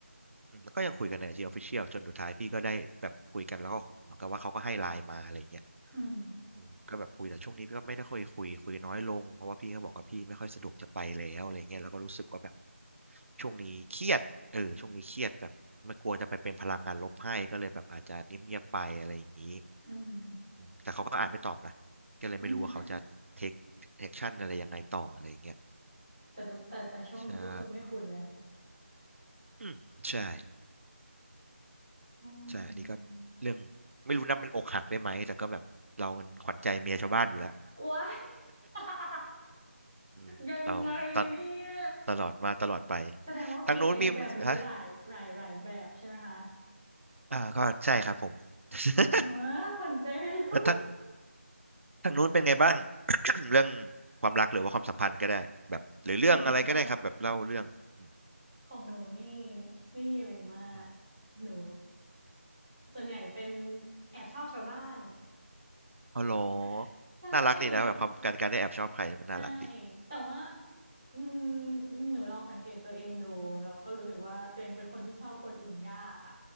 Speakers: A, on the right; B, in the centre.
A: อืมแล้วก็ยังคุยกันในไอจีออฟฟิเชียลจนสุดท้ายพี่ก็ได้แบบคุยกันแล้วก็เหมือนกับว่าเขาก็ให้ไลน์มาอะไรเงี้ย
B: อืม
A: อืมก็แบบคุยแต่ช่วงนี้พี่ก็ไม่ได้ค่อยคุยคุยน้อยลงเพราะว่าพี่ก็บอกว่าพี่ไม่ค่อยสะดวกจะไปแล้วอะไรเงี้ยแล้วก็รู้สึกว่าแบบช่วงนี้เครียดเออช่วงนี้เครียดแบบไม่กลัวจะไปเป็นพลังงานลบให้ก็เลยแบบอาจจะเงียบๆไปอะไรอย่างนี้
B: อืม
A: อืมแต่เขาก็อ่านไม่ตอบนะก็เลยไม่รู้ว่าเขาจะเทคแอคชั่นอะไรยังไงต่ออะไรอย่างเงี้ย
B: อืมแต่แตแต่แต่ช่วงนี้ก็คือไม่คุ้นแล้ว
A: ใช่อืมใช่
B: อื
A: ใช่อันนี้ก็เรื่องไม่รู้นับเป็นอกหักได้ไหมแต่ก็แบบเรามันขวัญใจเมียชาวบ้านอยู่แล้ว
B: มว้าย <laughs>
A: <laughs> อืมเราตะ
B: ยังไงเนี่ย
A: ตลอดมาตลอดไป
B: แสดงว่ามีเคสแบบนี้หลายหลายหลายแบบใช่ไหมคะ
A: ทางนู้นมีฮะอ่าก็ใช่ครับผม <laughs>
B: อ๋อคนใจไม่รู้
A: แล้วทางทางนู้นเป็นไงบ้าง <coughs> เรื่องความรักหรือว่าความสัมพันธ์ก็ได้แบบหรือเรื่องอะไรก็ได้ครับแบบเล่าเรื่องอืม
B: <laughs> หนูเหรอ ของหนูนี่ไม่มีอะไรมาก
A: อืม
B: หนูส่วนใหญ่เป็นแอบชอบชาวบ้าน
A: อ๋อเหรอ
B: <laughs> ใช่
A: น่ารักดีนะแบบความการการได้แอบชอบใครมันน่ารักดี
B: ใช่แต่ว่าอืมหนูลองสังเกตตัวเองดูเราก็รู้สึกว่าตัวเองเป็นคนที่ชอบคนอื่นยากอ่ะ